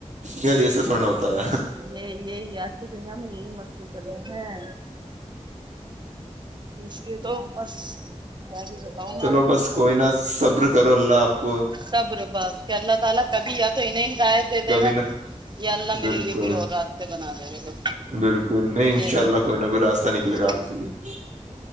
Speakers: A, on the right (about 80°); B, on the right (about 40°).
A: یار ایسے تھوڑا ہوتا ہے
B: یہ یہی آج کی دنیا میں یہی مسئلے چلے ہیں اس لیے تو بس کیا ہی بتاؤں میں
A: چلو
B: آپ کو
A: بس کوئی نہا صبر کرو اللہ آپ کو
B: کبر بس کہ اللہ تعالی کبھی یا تو انہیں ہدیت دے دے
A: کبھی
B: گا
A: نہ
B: یا اللہ میرے
A: بالکل
B: لیے کوئی اور راستے بنا دے گا
A: بالکل نہیں ان
B: یہ
A: شاء
B: ہے
A: اللہ کوئی نہ کوئی راستہ نکلے
B: ہمم
A: گا آپ کے لیے